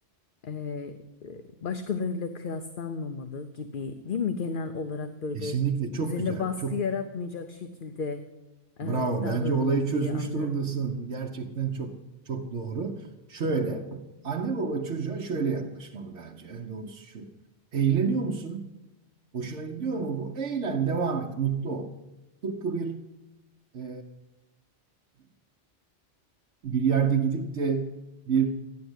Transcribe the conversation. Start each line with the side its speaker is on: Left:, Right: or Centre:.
Left: Eee, e, başkalarıyla kıyaslanmamalı gibi değil mi? Genel olarak böyle
Right: Kesinlikle çok
Left: üzerine
Right: güzel.
Left: baskı
Right: Çok
Left: yaratmayacak şekilde
Right: Bravo.
Left: e, davranılmalı
Right: Bence olayı çözmüş
Left: diye anlıyorum.
Right: durumdasın. Gerçekten çok çok doğru. Şöyle, anne baba çocuğa şöyle yaklaşmalı bence. En doğrusu şu. Eğleniyor musun? Hoşuna gidiyor mu bu? Eğlen, devam et, mutlu ol. Tıpkı bir e, bir yerde gidip de bir